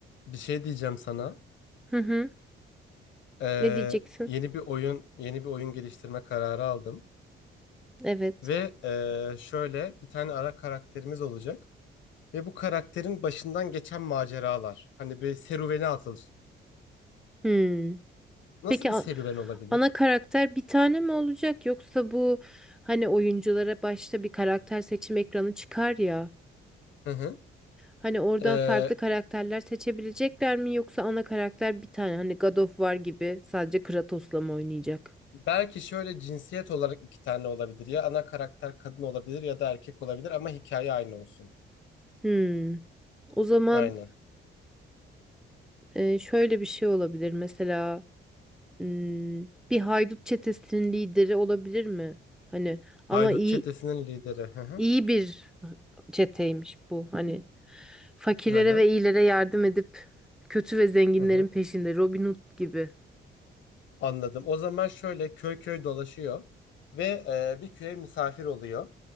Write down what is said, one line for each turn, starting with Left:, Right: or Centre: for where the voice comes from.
Left: Bir şey diyeceğim sana.
Centre: Hı hı.
Left: Ee,
Centre: Ne diyeceksin?
Left: yeni bir oyun, yeni bir oyun geliştirme kararı aldım.
Centre: Evet.
Left: Ve ee, şöyle bir tane ara karakterimiz olacak. Ve bu karakterin başından geçen maceralar. Hani bir serüvene atılacak.
Centre: Hmm.
Left: Nasıl
Centre: Peki
Left: bir
Centre: a-
Left: serüven olabilir?
Centre: ana karakter bir tane mi olacak yoksa bu hani oyunculara başta bir karakter seçim ekranı çıkar ya.
Left: Hı hı.
Centre: Hani oradan
Left: Ee,
Centre: farklı karakterler seçebilecekler mi yoksa ana karakter bir tane hani God of War gibi sadece Kratos'la mı oynayacak?
Left: belki şöyle cinsiyet olarak iki tane olabilir. Ya ana karakter kadın olabilir ya da erkek olabilir ama hikaye aynı olsun.
Centre: Hmm. O zaman
Left: Aynen.
Centre: e, şöyle bir şey olabilir mesela hmm, bir haydut çetesinin lideri olabilir mi? Hani ama
Left: Haydut
Centre: iyi
Left: çetesinin lideri. Hı hı.
Centre: İyi bir çeteymiş bu. Hani fakirlere
Left: Hı hı.
Centre: ve iyilere yardım edip kötü ve zenginlerin
Left: Hı hı.
Centre: peşinde Robin Hood gibi.
Left: Anladım. O zaman şöyle köy köy dolaşıyor ve e, bir köye misafir oluyor.